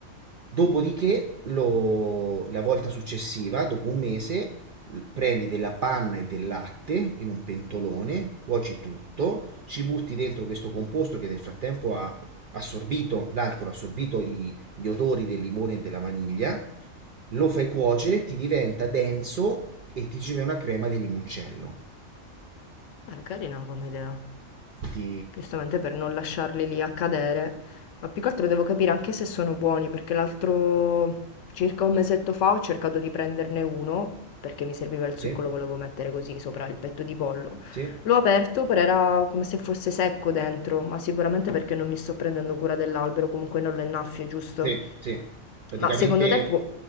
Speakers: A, on the right; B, on the left.
A: Dopodiché, lo- la volta successiva, dopo un mese, l- prendi della panna e del latte in un pentolone, cuoci tutto, ci butti dentro questo composto che nel frattempo ha assorbito l'alcol, ha assorbito i- gli odori del limone e della vaniglia, lo fai cuocere, ti diventa denso e ti ci fai una crema di limoncello.
B: Eh, carina come idea.
A: Ti...
B: Giustamente per non lasciarli lì a cadere, ma più che altro devo capire anche se sono buoni, perché l'altro circa un mesetto fa ho cercato di prenderne uno, perché mi serviva il
A: Sì,
B: succo, lo volevo mettere così sopra il petto di pollo.
A: sì,
B: L'ho aperto, però era come se fosse secco dentro, ma sicuramente perché non mi sto prendendo cura dell'albero, comunque non lo innaffio, giusto?
A: sì, sì. Praticamente
B: Ma secondo te può-